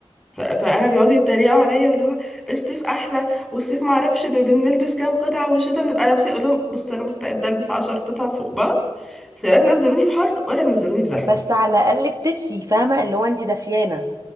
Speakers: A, in the centre; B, on the right.
A: ف... فانا بيقعدوا يتريقوا عليا واللي هو الصيف احلى والصيف ما اعرفش ب... بنلبس كام قطعه والشتا بنبقى لابسين اقول لهم بص انا مستعده البس 10 قطع فوق بعض بس لا تنزلوني في حر ولا تنزلوني في زحمه
B: بس على الاقل بتدفي فاهمه اللي هو انت دافيانه